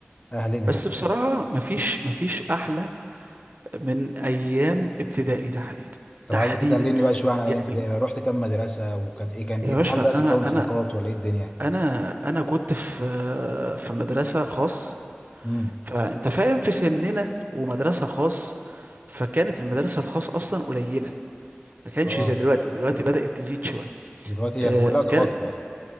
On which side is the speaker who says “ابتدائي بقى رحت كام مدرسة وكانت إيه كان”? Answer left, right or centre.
Left